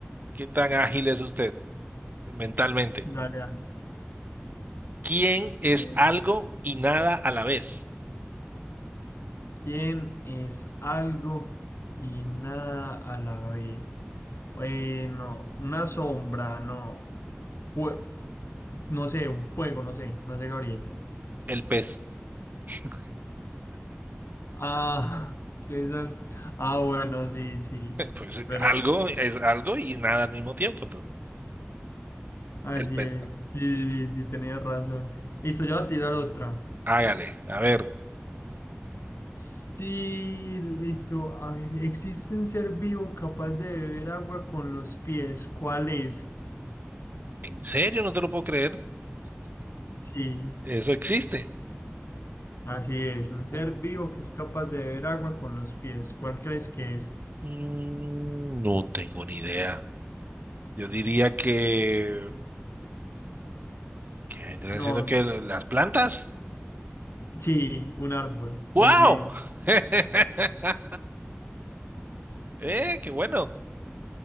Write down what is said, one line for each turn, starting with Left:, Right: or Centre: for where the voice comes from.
Right: qué tan ágil es usted mentalmente.
Left: Dale, dale.
Right: ¿Quién es
Left: Digo.
Right: algo y nada a la vez?
Left: ¿Quién es algo y nada a la vez? Eh, no, una sombra, no. Fue, no sé, un fuego, no sé, no sé, Gabriel.
Right: El pez. <laughs>
Left: Ah, <laughs> ¿qué es al- Ah, bueno, sí, sí.
Right: Pues
Left: Pero
Right: algo es algo y nada al mismo tiempo. entonces,
Left: así
Right: el pez.
Left: es. Sí, sí, sí, tenías razón. Listo, ya voy a tirar otra.
Right: Hágale. A ver.
Left: Sí, listo. A ver, ¿existe un ser vivo capaz de beber agua con los pies? ¿Cuál es?
Right: ¿En serio? No te lo puedo creer.
Left: Sí.
Right: Eso existe.
Left: Así es, un ser
Right: U-
Left: vivo que es capaz de beber agua con los pies. ¿Cuál crees que es?
Right: mm, No tengo ni idea. Yo diría que... que vendrían
Left: No,
Right: siendo que las plantas?
Left: sí, un árbol.
Right: ¡Wow!
Left: Muy bien.
Right: <laughs> ¡Eh, qué bueno!